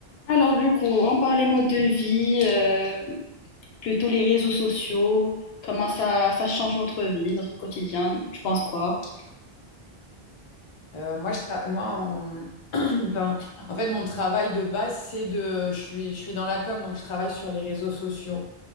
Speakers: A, on the left; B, on the left.
A: Alors, du coup, on parlait mode de vie, euh, plutôt les réseaux sociaux, comment ça, ça change notre vie, notre quotidien, tu penses quoi?
B: Euh, moi, je tra- moi en... <clears throat> pardon. En fait, mon travail de base, c'est de... Je suis, je suis dans la com, donc je travaille sur les réseaux sociaux.